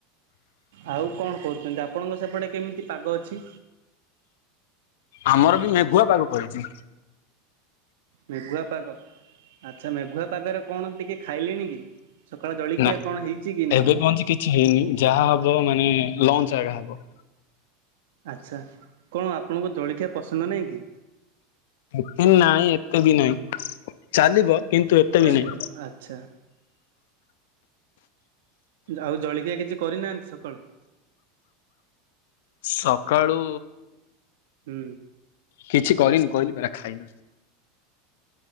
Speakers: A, on the right (about 75°); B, on the left (about 70°).
A: ଆଉ କଣ କରୁଛନ୍ତି ଆପଣଙ୍କ ସେପଟେ କେମିତି ପାଗ ଅଛି?
B: ଆମର ବି ମେଘୁଆ ପାଗ କରିଛି।
A: ମେଘୁଆ ପାଗ, ଆଛା! ମେଘୁଆ ପାଗରେ କଣ ଟିକେ ଖାଇଲିଣି କି? ସକାଳ ଜଳଖିଆ
B: ନା,
A: କଣ ହେଇଛି କି ନାହିଁ
B: ଏବେ କୁହନ୍ତି କିଛି ହେଇନି, ଯାହା ହବ ମାନେ ଲଞ୍ଚ ଜାଗା ହେବ।
A: ଆଛା! କଣ ଆପଣଙ୍କ ଜଳଖିଆ ପସନ୍ଦ ନାହିଁ କି?
B: ଏତେ ନାଇଁ ଏତେ ବି ନାହିଁ, ଚାଲିବ? କିନ୍ତୁ ଏତେ
A: ଚାଲିବ,
B: ବି ନାଇଁ।
A: ଆଛା! ଆଉ ଜଳଖିଆ କିଛି କରିନାହାନ୍ତି ସକାଳୁ?
B: ସକାଳୁ
A: ହୁଁ
B: କିଛି କରିନି, କହିଲି ପରା ଖାଇନି।